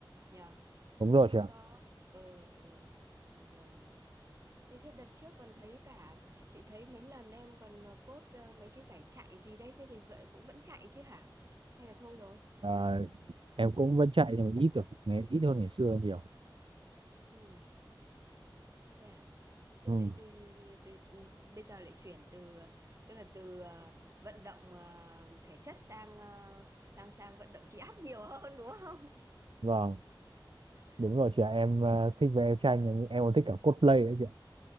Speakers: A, on the right (about 35°); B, on the right (about 80°).
A: nhờ
B: đúng
A: cũng
B: rồi
A: không
B: chị ạ
A: có ừ, ừ. rồi Này thế đợt trước còn thấy cả chị thấy mấy lần em còn ờ, post ờ, mấy cái giải chạy gì đấy thế thì vậy cũng vẫn chạy chứ hả hay là thôi rồi
B: à, em cũng vẫn chạy nhưng mà ít rồi ngày ít hơn ngày xưa nhiều
A: Ừ, thế à? Thế,
B: ừ,
A: thế, thế, thế, thế, thế, ừ, bây giờ lại chuyển từ tức là từ ờ, vận động ờ, thể chất sang ờ, sang sang vận động trí óc nhiều <laughs> hơn đúng không?
B: vâng
A: <laughs>
B: đúng rồi
A: Ừ.
B: chị ạ em ờ, thích vẽ tranh em em còn thích cả cosplay đấy chị ạ